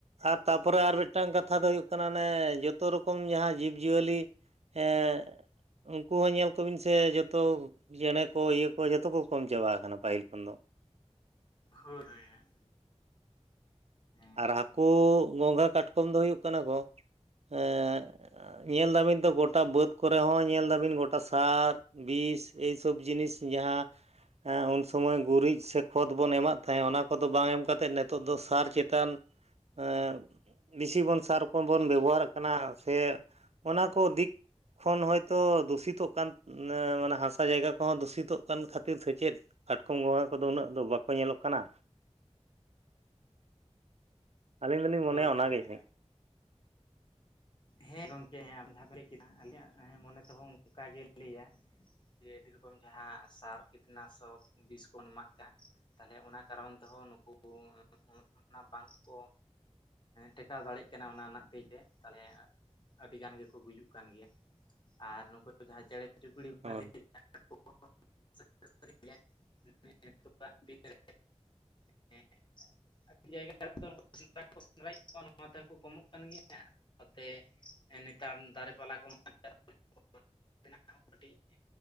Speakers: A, on the right (about 65°); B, on the left (about 40°).
A: ᱟᱨ ᱛᱟᱯᱚᱨᱮ ᱟᱨ ᱢᱤᱫᱴᱟᱝ ᱠᱟᱛᱷᱟ ᱫᱚ ᱦᱩᱭᱩᱜ ᱠᱟᱱᱟ ᱚᱱᱮ ᱡᱚᱛᱚ ᱨᱚᱠᱚᱢ ᱡᱟᱦᱟᱸ ᱡᱤᱵᱽ-ᱡᱤᱭᱟᱹᱞᱤ ᱦᱮᱸ ᱩᱱᱠᱩ ᱦᱚᱸ ᱧᱮᱞ ᱠᱚᱵᱤᱱ ᱥᱮ ᱡᱚᱛᱚ ᱪᱮᱬᱮ ᱠᱚ, ᱤᱭᱟᱹ ᱠᱚ, ᱡᱚᱛᱚ ᱠᱚ ᱠᱚᱢ ᱪᱟᱵᱟ ᱟᱠᱟᱱᱟ ᱯᱟᱹᱦᱤᱞ ᱠᱷᱚᱱ ᱫᱚ᱾
B: ᱦᱳᱭ ᱡᱳᱭ ᱦᱳᱭ᱾ ᱦᱮᱸ
A: ᱟᱨ ᱦᱟᱹᱠᱩ ᱜᱚᱝᱜᱷᱟ ᱠᱟᱴᱠᱚᱢ ᱫᱚ ᱦᱩᱭᱩᱜ ᱠᱟᱱᱟ ᱠᱚ ᱮᱸᱜ ᱧᱮᱞ ᱫᱟᱹᱵᱤᱱ ᱛᱚ ᱜᱚᱴᱟ ᱵᱟᱹᱫᱽ ᱠᱚᱨᱮ ᱦᱚᱸ ᱧᱮᱞ ᱫᱟᱹᱵᱤᱱ ᱜᱚᱴᱟ ᱥᱟᱨ ᱵᱤᱥ ᱮᱭ ᱥᱚᱵ ᱡᱤᱱᱤᱥ ᱡᱟᱦᱟᱸ ᱦᱮᱸ ᱩᱱ ᱥᱚᱢᱚᱭ ᱜᱩᱨᱤᱡ ᱥᱮ ᱠᱷᱚᱛ ᱵᱚᱱ ᱮᱢᱟᱜ ᱛᱟᱦᱮᱸᱫ ᱚᱱᱟ ᱠᱚᱫᱚ ᱵᱟᱝ ᱮᱢ ᱠᱟᱛᱮᱫ ᱱᱤᱛᱚᱜ ᱫᱚ ᱥᱟᱨ ᱪᱮᱛ ᱛᱟᱱ ᱮᱸ ᱵᱮᱥᱤ ᱵᱚᱱ ᱥᱟᱨ ᱨᱚᱠᱚᱢ ᱵᱚᱱ ᱵᱮᱵᱚᱦᱟᱨ ᱠᱟᱱᱟ ᱥᱮ ᱚᱱᱟ ᱠᱚ ᱫᱤᱠ ᱠᱷᱚᱱ ᱦᱚᱳᱭᱛᱚ ᱫᱩᱥᱤᱛᱚᱜ ᱠᱟᱱ ᱢᱟᱱᱮ ᱦᱟᱥᱟ ᱡᱟᱭᱜᱟ ᱠᱚᱦᱚᱸ ᱫᱩᱥᱤᱛᱚᱜ ᱠᱟᱱ ᱠᱷᱟᱹᱛᱤᱨ ᱥᱮ ᱪᱮᱫ? ᱠᱟᱴᱠᱚᱢ, ᱵᱚᱸᱜᱟ ᱠᱚᱫᱚ ᱩᱱᱟᱹᱜ ᱫᱚ ᱵᱟᱠᱚ ᱧᱮᱞᱚᱜ ᱠᱟᱱᱟ᱾ ᱟᱹᱞᱤᱧ ᱫᱚᱞᱤᱧ
B: ᱦᱳᱭ
A: ᱢᱚᱱᱮᱭᱟ ᱚᱱᱟ
B: ᱦᱳᱭ
A: ᱜᱮ
B: ᱦᱳᱭ
A: ᱡᱟᱱᱤᱡ᱾
B: ᱦᱮᱸ ᱜᱚᱝᱠᱮ ᱦᱮᱸ, ᱟᱢ ᱡᱟᱦᱟᱢ ᱞᱟᱹᱭ ᱠᱮᱫᱟ ᱟᱞᱤᱧ ᱦᱮᱸ ᱢᱚᱱᱮ ᱛᱮᱦᱚᱸ ᱚᱱᱠᱟ ᱜᱮ ᱞᱟᱹᱭᱟ᱾ ᱡᱮ ᱟᱹᱰᱤ ᱨᱚᱠᱚᱢ ᱡᱟᱦᱟᱸ ᱥᱟᱨ ᱠᱤᱴᱱᱟᱥᱚᱠ᱾ ᱵᱤᱥ ᱠᱚᱱ ᱮᱢᱟᱜ ᱠᱟᱱ ᱛᱟᱦᱚᱞᱮ ᱚᱱᱟ ᱠᱟᱨᱚᱱ ᱛᱮᱦᱚᱸ ᱱᱩᱠᱩ ᱚᱱᱟ ᱵᱟᱝᱠᱚ ᱴᱮᱠᱟᱣ ᱫᱟᱲᱮᱜ ᱠᱟᱱᱟ ᱚᱱᱟ ᱨᱮᱱᱟᱜ ᱛᱟᱹᱭ ᱛᱮᱫ᱾ ᱛᱟᱦᱚᱞᱮ ᱟᱹᱰᱤ ᱜᱟᱱ ᱜᱮᱠᱚ ᱜᱩᱡᱩᱜ ᱠᱟᱱ ᱜᱮᱭᱟ᱾ ᱟᱨ ᱱᱩᱠᱩ ᱡᱟᱦᱟᱸᱭ ᱪᱮᱬᱮ ᱪᱩᱯᱲᱤ
A: ᱦᱳᱭ
B: ᱵᱮᱱ ᱞᱟᱹᱭᱮᱫ <unintelligible> <unintelligible> <unintelligible> ᱛᱮ ᱱᱮᱛᱟᱨ ᱫᱟᱨᱮ ᱯᱟᱞᱟ ᱠᱚ <unintelligible> ᱛᱮᱱᱟᱜ ᱦᱚᱸ ᱠᱟᱹᱴᱤᱡ